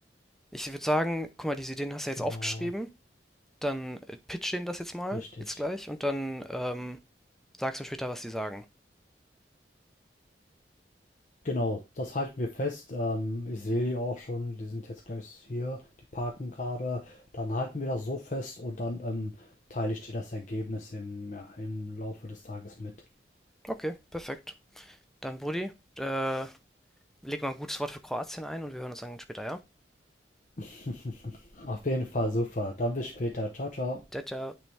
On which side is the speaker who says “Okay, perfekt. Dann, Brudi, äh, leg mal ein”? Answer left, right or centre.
Centre